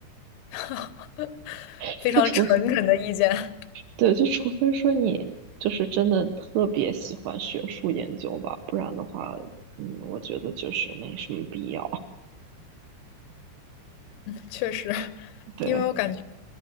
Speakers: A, on the left; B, on the right.
A: <laughs>
B: <laughs>
A: 非常诚恳的意见。
B: 就除，对，就除非说你就是真的特别喜欢学术研究吧，不然的话，嗯，我觉得就是没什么必要。
A: 确实，
B: <laughs> 对，
A: 因为我感觉，